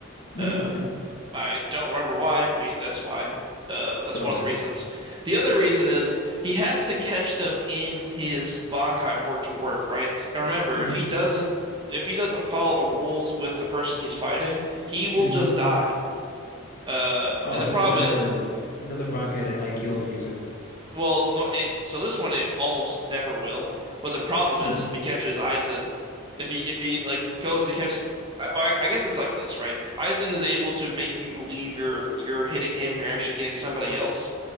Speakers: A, on the left; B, on the right.
A: <laughs>
B: Uh, I don't remember why, but that's why. Uh, that's
A: Don't.
B: one of the reasons. The other reason is he has to catch them in his Bankai for it to work, right? And remember,
A: hmm
B: if he doesn't, if he doesn't follow the rules with the person he's fighting, he will
A: hmm
B: just die. Uh,
A: Oh,
B: and the
A: it's
B: problem
A: another
B: is
A: another bankai that might kill the user.
B: Well, no, it, so this one it almost never will. But the problem is
A: Hmm.
B: if he catches Aizen, if he if he like goes to catch, I, I I guess it's like this, right? Aizen is able to make you believe you're you're hitting him and you're actually getting somebody else.